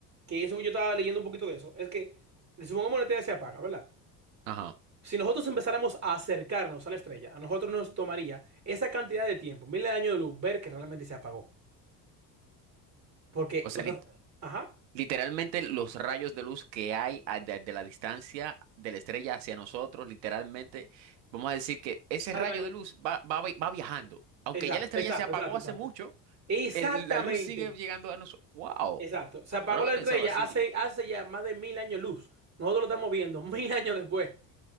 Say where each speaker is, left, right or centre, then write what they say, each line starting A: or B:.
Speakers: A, on the right; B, on the right.
A: que eso yo estaba leyendo un poquito de eso. Es que si supongamos la estrella se apaga, ¿verdad?
B: ajá.
A: Si nosotros empezáramos a acercarnos a la estrella, a nosotros nos tomaría esa cantidad de tiempo, miles de años de luz, ver que realmente se apagó. Porque,
B: O sea,
A: o sea,
B: lit-
A: ajá,
B: literalmente los rayos de luz que hay a- de, de la distancia de la estrella hacia nosotros, literalmente, vamos a decir que ese
A: tardan.
B: rayo de luz va, va, vi- va viajando. Aunque
A: Exacto,
B: ya la estrella
A: exacto,
B: se apagó
A: exacto, exacto.
B: hace mucho,
A: Exactamente,
B: el- la luz sigue llegando a nosotros. ¡Wow!
A: exacto. Se apagó
B: No lo había
A: la estrella
B: pensado así.
A: hace, hace ya más de mil años luz. Nosotros lo estamos viendo mil años después. <laughs>